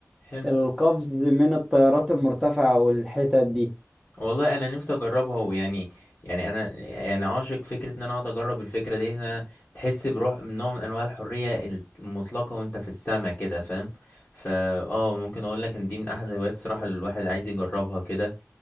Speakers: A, on the left (about 40°); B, in the centre.
A: حلو
B: القفز من الطيارات المرتفعه والحتت دي
A: والله انا نفسي اجربها ويعني يعني انا يعني عاشق فكره ان انا اقعد اجرب الفكره دي إن انا تحس بروح نوع من انواع الحريه المطلقه وانت في السما كده فاهم فا اه ممكن اقول لك ان دي من احد الهوايات الصراحه اللي الواحد عايز يجربها كده